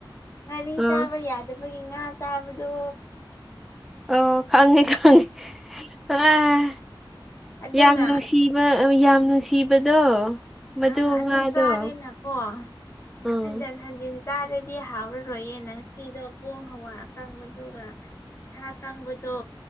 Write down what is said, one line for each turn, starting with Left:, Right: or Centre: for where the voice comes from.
Left: ꯉꯥꯔꯤ
Centre: ꯑꯥ
Left: ꯆꯥꯕ ꯌꯥꯗꯕꯒꯤ ꯉꯥ ꯆꯥꯕꯗꯣ
Centre: ꯑꯣ ꯈꯪꯉꯦ ꯈꯪꯉꯦ ꯑꯥ
Left: ꯑꯗꯨꯅ
Centre: ꯌꯥꯝ ꯅꯨꯡꯁꯤ ꯅꯨꯡ ꯁꯤꯕ ꯌꯥꯝ ꯅꯨꯡꯁꯤꯕꯗꯣ ꯃꯗꯨ
Left: ꯑꯥ ꯑꯗꯨ
Centre: ꯉꯥꯗꯣ
Left: ꯆꯥꯔꯦꯅꯀꯣ
Centre: ꯎꯝ
Left: ꯍꯟꯖꯤꯟ ꯍꯟꯖꯤꯟ ꯆꯥꯔꯗꯤ ꯍꯥꯎꯔꯔꯣꯏꯌꯦ ꯅꯪ ꯁꯤꯗꯣ ꯄꯣꯡ ꯍꯋꯥ ꯑꯀꯪꯕꯗꯨꯒ ꯁꯥ ꯀꯥꯡꯕꯗꯣ